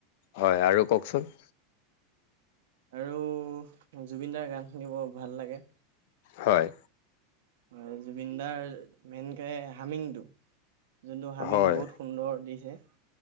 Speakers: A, on the left (about 55°); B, on the right (about 70°).
A: হয় আৰু কওকচোন
B: আৰু জুবিনদাৰ গান শুনিব ভাল লাগে।
A: হয়
B: আৰু জুবিনদাৰ মেইনকে হামিনটো যোনটো হাৰ্মিং
A: হয়
B: বহুত সুন্দৰ দিছে